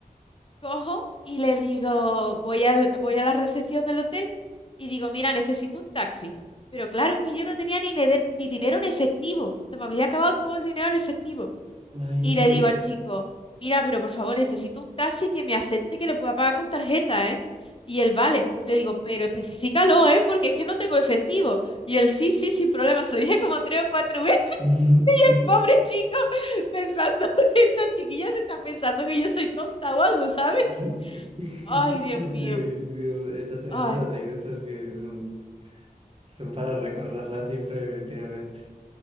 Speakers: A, on the left; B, on the right.
A: cojo y le digo, voy al, voy a la recepción del hotel y digo, mira, necesito un taxi. Pero claro, es que yo no tenía ni, nede- ni dinero en efectivo. Se me había acabado todo el dinero en efectivo.
B: Ay,
A: Y
B: Dios.
A: le digo al chico, mira, pero por favor, necesito un taxi que me acepte que le pueda pagar con tarjeta, ¿eh? Y él, vale. Le digo, pero especifícalo, ¿eh? Porque es que no tengo efectivo. Y él, sí, sí, sin problema. Se lo dije como tres o cuatro <laughs> veces,
B: <laughs>
A: pobre chico, pensando, <laughs> esta chiquilla se está pensando que yo soy tonta o algo, ¿sabes?
B: <laughs>
A: Ay, Dios
B: Dios,
A: mío.
B: Dios, esas, esas
A: Ay,
B: anécdotas que son, son para recordarlas siempre, definitivamente.